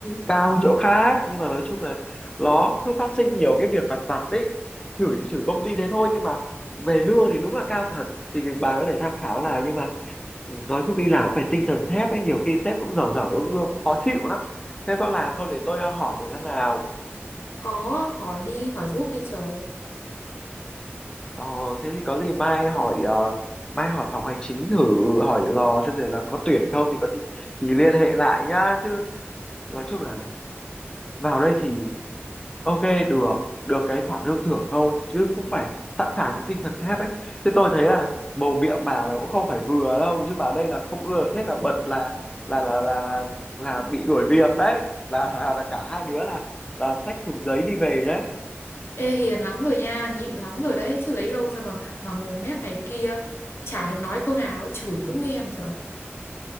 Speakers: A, on the left; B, on the left.
A: cao hơn chỗ khác nhưng mà nói chung là nó cứ phát sinh nhiều cái việc vặt vặt đấy chửi thì chửi công ty đấy thôi nhưng mà về lương thì đúng là cao thật thì bà có thể tham khảo là nhưng mà nói chung đi làm phải tinh thần thép ấy nhiều khi sếp cũng dở dở lương cũng khó chịu lắm thế có làm không để tôi ờ, hỏi thử xem nào
B: có hỏi đi hỏi giúp đi trời
A: Ờ, thế thì có gì mai hỏi ờ, mai hỏi phòng hành chính thử hỏi lò xem rồi là có tuyển không thì có gì thì liên hệ lại nhá chứ nói chung là vào đây thì ok được được cái khoản lương thưởng thôi chứ cũng phải sẵn sàng cái tinh thần thép ấy chứ tôi thấy là mồm miệng bà là cũng không phải vừa đâu chứ vào đây là không ưa sếp là bật là là là là là, là bị đuổi việc đấy là là, là cả hai đứa là là xách thùng giấy đi về đấy
B: ê hiền lắm rồi nha nhịn lắm rồi đấy chứ lấy đâu ra mà mà mồm mép này kia chả thèm nói câu nào ấy, chửi cũng nghe mà trời